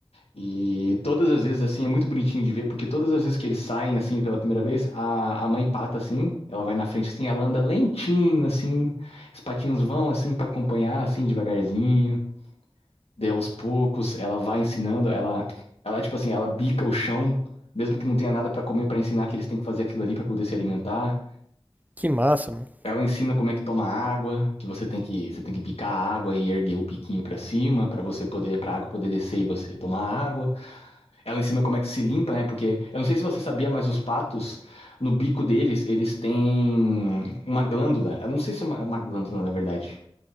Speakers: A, on the left; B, on the right.
A: E todas as vezes, assim, é muito bonitinho de ver, porque todas as vezes que eles saem, assim, pela primeira vez, a, a mãe pata, assim, ela vai na frente, assim, ela anda lentinho, assim, os patinhos vão, assim, pra acompanhar, assim, devagarzinho, daí aos poucos, ela vai ensinando, ela, ela, tipo assim, ela bica o chão, mesmo que não tenha nada pra comer, pra ensinar que eles têm que fazer aquilo ali pra poder se alimentar.
B: Que massa, mano.
A: Ela ensina como é que toma água, que você tem que, você tem que bicar a água e erguer o biquinho pra cima, pra você poder, pra água poder descer e você tomar água. Ela ensina como é que se limpa, né? Porque eu não sei se você sabia, mas os patos, no bico deles, eles têm uma glândula. Eu não sei se é uma, uma glândula, na verdade.